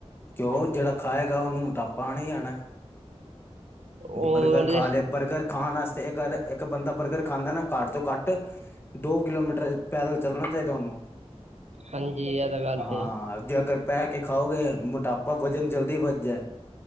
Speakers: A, on the left; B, on the right.
A: ਕਿਓ, ਜੇੜਾ ਖਾਏਗਾ ਓਨੂੰ ਮੋਟਾਪਾ ਆਣਾ ਈ ਆਣਾ
B: ਉਹ
A: ਬਰਗਰ
B: ਉਹਦੇ
A: ਖਾ ਲੇ ਬਰਗਰ ਖਾਣ ਆਸਤੇ ਅਗਰ ਇੱਕ ਬੰਦਾ ਬਰਗਰ ਖਾਂਦੈ ਨਾ ਘੱਟ ਤੋਂ ਘੱਟ ਦੋ ਕਿਲੋਮੀਟਰ ਪੈਦਲ ਚੱਲਣਾ ਚਾਹੀਦੈ ਉਹਨੂੰ,
B: ਹਾਂਜੀ ਇਹ ਤਾਂ ਗੱਲ
A: ਹਾਂ ਹਾਂ
B: ਤੇ।
A: ਜੇ ਅਗਰ ਬੈ ਕੇ ਖਾਓਗੇ ਮੋਟਾਪਾ ਵਜ਼ਨ ਜਲਦੀ ਵਧ ਜੇ